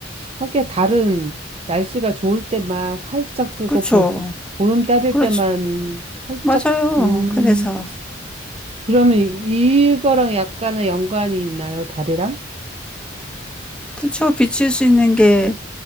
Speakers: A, on the right; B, in the centre.
A: 하기야 달은 날씨가 좋을 때만 활짝 뜨고,
B: 그쵸?
A: 보, 보름 따를
B: 그렇죠.
A: 때만 활짝,
B: 맞아요.
A: 음,
B: 그래서.
A: 그러면 이- 이거랑 약간의 연관이 있나요? 다리랑?
B: 그쵸? 비칠 수 있는 게